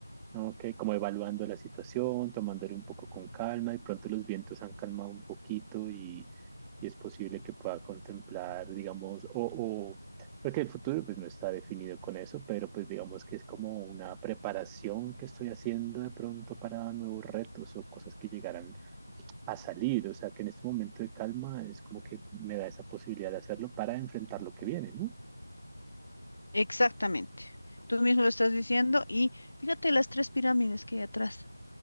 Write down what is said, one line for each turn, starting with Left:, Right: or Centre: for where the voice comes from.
Centre: ¿no? Ok, como evaluando la situación, tomándole un poco con calma, de pronto los vientos han calmado un poquito y, y es posible que pueda contemplar, digamos, o, o, porque el futuro pues no está definido con eso, pero pues digamos que es como una preparación que estoy haciendo de pronto para nuevos retos o cosas que llegarán a salir, o sea que en este momento de calma es como que me da esa posibilidad de hacerlo para enfrentar lo que viene, ¿no?
Left: Exactamente. Tú mismo lo estás diciendo y fíjate las tres pirámides que hay atrás.